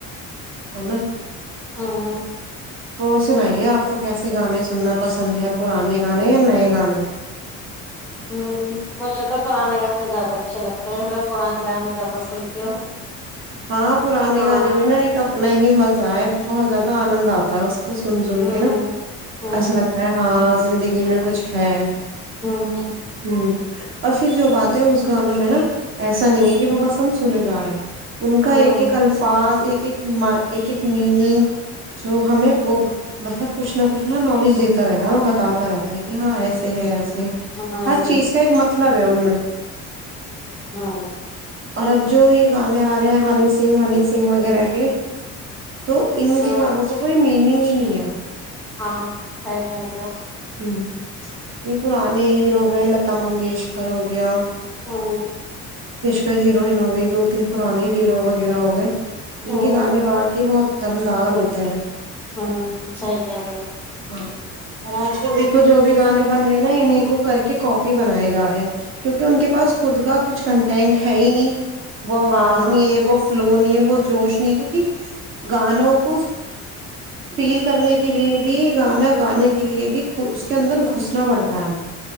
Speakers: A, on the right; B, in the centre.
A: ہے نا
B: ہاں
A: اور سنائیے آپ کو کیسے گانے سننا پسند ہے پرانے گانے یا نئے گانے
B: ہ مجھے تو پرانے گانے زیادہ اچھے لگتے ہیں میں پرانے گانے زیادہ سنتی ہوں
A: ہاں پرانے
B: ہاں
A: گانے میں نا ایک اپنا ہی ہی مزہ آ ہے بہت زیادہ آنند آتا ہے اس کو سن سن
B: ہوں
A: کے نا
B: ہوں
A: ایسا لگتا ہے ہاں زندگی میں کچھ ہے
B: ہوں
A: ہوں اور پھر جو باتیں اس گانوں میں نا ایسا نہیں ہے کہ وہ بس ہم سنے جا رہے ہیں ان کا
B: ہوں
A: ایک ایک الفاظ ایک ایک ایک ایک میننگ س ہمیں وہ مطلب کچھ نہ کچھ نا نالج دیتا رہتا ہے بتاتا رہتا ہے کہ ہاں ایسے ہے ایسے
B: ہوں
A: ہر چیز کا ایک مطلب ہے ان میں
B: ہاں
A: اور اب جو یہ گانے آ رہے ہیں ہنی سنگ ونی سنگ وغیرہ کے تو ان
B: ہوں
A: کے گانوں کا کوئی میننگ ہی نہیں ہے کیا
B: ہاں سر جارا
A: ہ یہ پرانے ہییروگ ہو گیا لتا منگیشکر ہو گیا
B: ہاں
A: پ ہییروئن ہو گئے دو تین پران ہییرو ہو گئے وغیرہ ہو گئے
B: ہوں
A: ان
B: ہوں
A: کے گانے وہاںق بہت دم دار ہوتے ہیں
B: ہوں صیحال
A: ہاں اور آج کل دیکھو جو بھی گانے بن رہے ہیں نا انہیں کو کر کے کاپی بنائے جا رہے ہیں کیونکہ ان کے پاس خود کا کچھ کنٹینٹ ہے ہی نہیں وہ آواز
B: ہاں
A: نہیں ہے وہ فلو نہیں ہے وہ جوش نہیں کیونکہ گانوں کو فیل کرنے کے لیے بھی گانا گانے کے لیے بھی اس کے اندر گھسنا پڑتا ہے ہمیں